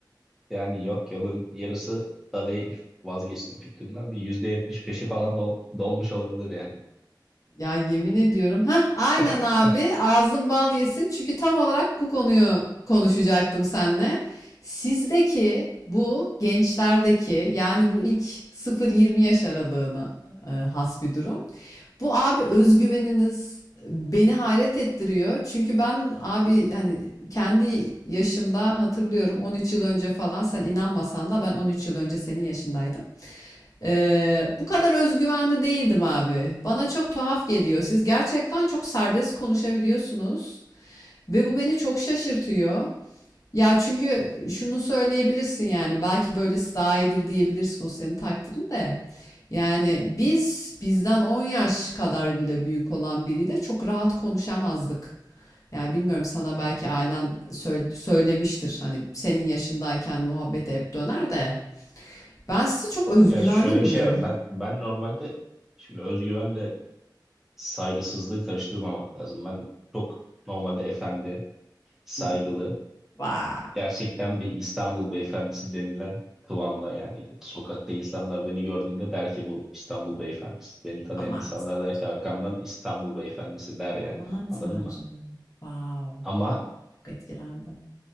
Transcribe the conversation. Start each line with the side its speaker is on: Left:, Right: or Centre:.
Centre: Yani yok yolun yarısı da değil. Vazgeçtim fikrimden. Bir %70 peşi falan dol- dolmuş olabilir yani.
Left: Ya yemin ediyorum. Ha, aynen
Centre: <laughs>
Left: abi. Ağzın bal yesin. Çünkü tam olarak bu konuyu konuşacaktım seninle. Sizdeki bu gençlerdeki yani bu ilk 0-20 yaş aralığına e, has bir durum. Bu abi özgüveniniz beni hayret ettiriyor. Çünkü ben abi hani kendi yaşımda hatırlıyorum 13 yıl önce falan sen inanmasan da ben 13 yıl önce senin yaşındaydım. Ee, bu kadar özgüvenli değildim abi. Bana çok tuhaf geliyor. Siz gerçekten çok serbest konuşabiliyorsunuz ve bu beni çok şaşırtıyor. Ya çünkü şunu söyleyebilirsin yani belki böylesi daha iyidir diyebilirsin o senin takdirin de. Yani biz bizden 10 yaş kadar bile büyük olan biriyle çok rahat konuşamazdık. Yani bilmiyorum sana belki ailen sö- söylemiştir hani senin yaşındayken muhabbete hep döner de ben sizi çok özgüvenli
Centre: Ya şöyle
Left: buluyorum.
Centre: bir şey var. Ben ben normalde şimdi özgüvenle saygısızlığı karıştırmamak lazım. Ben çok normalde efendi, saygılı,
Left: Hımm. Vay!
Centre: gerçekten bir İstanbul beyefendisi denilen kıvamda yani sokakta insanlar beni gördüğünde der ki bu İstanbul beyefendisi. Beni tanıyan
Left: Aman
Centre: insanlar
Left: Tanrım,
Centre: der ki arkamdan İstanbul beyefendisi der yani.
Left: aman Tanrım.
Centre: Anladın mı?
Left: Wow!
Centre: Ama
Left: Çok etkilendim.